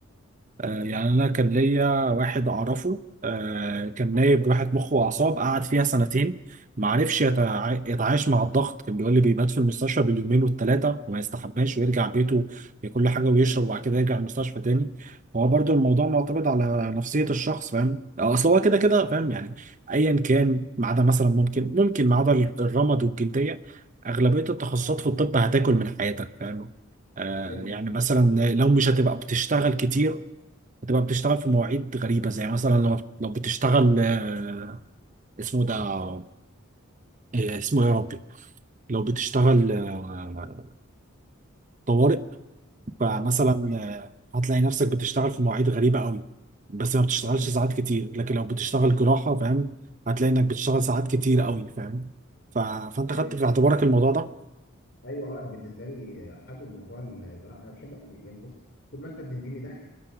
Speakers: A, on the right (about 35°); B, on the left (about 50°).
A: آه، يعني انا كان ليا واحد اعرفه آه، كان نايب راحة مخ واعصاب قعد فيها سنتين ما عرفش
B: حلو
A: يتع- يتعايش مع الضغط كان بيقول لي بيبات في المستشفى باليومين والثلاثه وما يستحماش ويرجع بيته ياكل له حاجه
B: تمام
A: ويشرب وبعد كده يرجع المستشفى تاني هو برضو الموضوع معتمد على نفسيه الشخص فاهم آه، اصل هو كده كده فاهم يعني ايا كان ما عدا مثلا ممكن ممكن ما عدا الرمد والجلديه اغلبيه التخصصات
B: آه.
A: في الطب هتاكل من حياتك فاهم آه،
B: ايوه
A: يعني مثلا لو مش هتبقى بتشتغل كتير بتبقى بتشتغل في مواعيد غريبة زي مثلا لو لو بتشتغل آه، اسمه ده آه، اسمه إيه يا ربي لو بتشتغل آه، طوارئ فمثلا
B: اه
A: آه، هتلاقي نفسك بتشتغل في مواعيد غريبة قوي بس ما بتشتغلش
B: حلو.
A: ساعات كتير لكن لو بتشتغل جراحة فاهم هتلاقي انك بتشتغل ساعات كتير قوي فاهم ف... فانت
B: ايوه
A: خدت في اعتبارك الموضوع ده
B: ايوه اه انا بالنسبه لي حابب موضوع الجراحه انا بحب يعني بص طول ما انت بتديني دخل